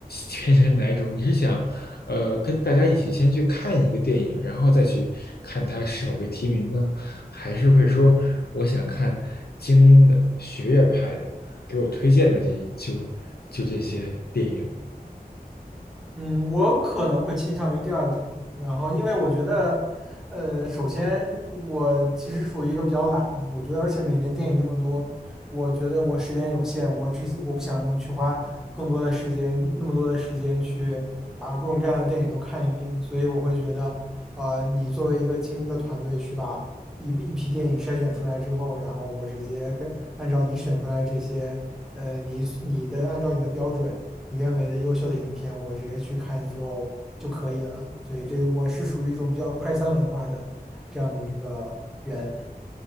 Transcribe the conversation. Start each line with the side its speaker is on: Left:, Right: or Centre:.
Left: 偏向于哪一种？你是想，呃，跟大家一起先去看一个电影，然后再去看它是否被提名呢？还是会说我想看精英的学院派的，给我推荐的这就就这些电影。
Centre: 嗯，我可能会倾向于第二种，然后因为我觉得，呃，首先我其实属于一个比较懒的，我觉得，而且每年电影这么多，我觉得我时间有限，我只我不想用去花更多的时间，那么多的时间去把各种各样的电影都看一遍，所以我会觉得，呃，你作为一个精英的团队去把一一批电影筛选出来之后，然后我直接跟按照你选出来这些，呃，你你的按照你的标准。你认为的优秀的影片，我直接去看就就可以了。所以这我是属于一种比较快餐文化的这样的一个人，